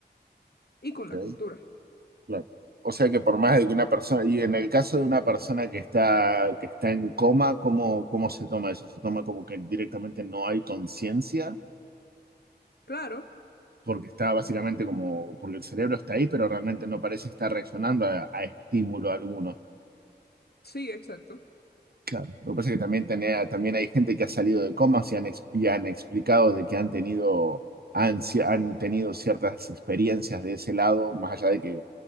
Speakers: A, on the left; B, on the right.
A: y
B: Okay.
A: con la cultura.
B: Claro. O sea que por más de que una persona, y en el caso de una persona que está, que está en coma, ¿cómo, cómo se toma eso? ¿Se toma como que directamente no hay conciencia?
A: Claro,
B: Porque está básicamente como, porque el cerebro está ahí, pero realmente no parece estar reaccionando a, a estímulo alguno.
A: sí, exacto.
B: Claro, lo que pasa es que también, tenía, también hay gente que ha salido de comas y han, ex- y han explicado de que han tenido, ansia han tenido ciertas experiencias de ese lado, más allá de que